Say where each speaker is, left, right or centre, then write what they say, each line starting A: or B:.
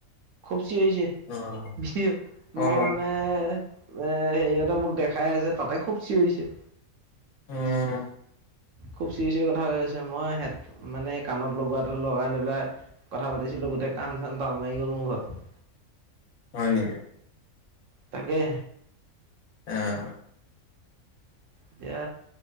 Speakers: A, on the right; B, on the left.
A: খুব চিঞৰিছে
B: অ',
A: মই
B: অ',
A: মানে এ হেৰিয়তে মোক দেখা খাই আছে তাতে খুব চিঞৰি
B: উম।
A: খুব চিৰি চিৰি কথা কৈছে, মই হেড মানে কাণত লগোৱাটো লগাই লৈ পেলাই কথা পাতিছিলো গোটেই কাণ চান তাল মাৰি গল মোৰ ভাগৰ,
B: হয় নেকি?
A: তাকে
B: আহ
A: এতিয়া